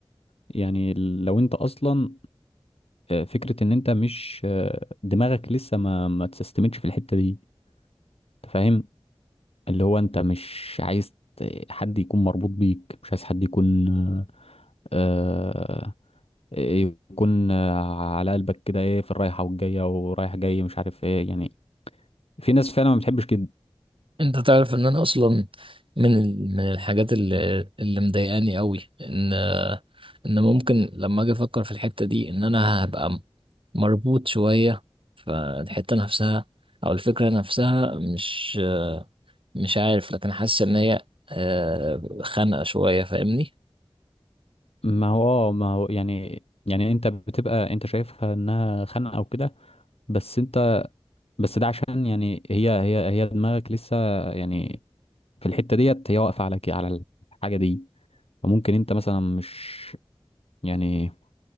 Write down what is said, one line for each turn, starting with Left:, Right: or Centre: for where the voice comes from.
Left: يعني لو انت اصلا آه، فكره ان انت مش آه، دماغك لسه ما ما تستمتش في الحته دي انت فاهم اللي هو انت مش عايز ت- حد يكون مربوط بيك مش عايز حد يكون آه، يكون آه، على قلبك كده ايه في الرايحه والجايه ورايح جاي مش عارف ايه يعني في ناس فعلا ما بتحبش كده
Right: انت تعرف ان انا اصلا من ال... من الحاجات اللي اللي مضايقاني قوي ان ان ممكن لما اجي افكر في الحتة دي ان انا هبقى مربوط شوية فالحتة نفسها او الفكرة نفسها مش مش عارف لكن حاسس ان هي آه، خانقة شوية فاهمني
Left: ما هو اه ما هو يعني يعني انت بتبقى انت شايفها انها خانقه او كده بس انت بس ده عشان يعني هي هي هي دماغك لسه يعني في الحته ديت هي واقفه على كده على الحاجه دي فممكن انت مثلا مش يعني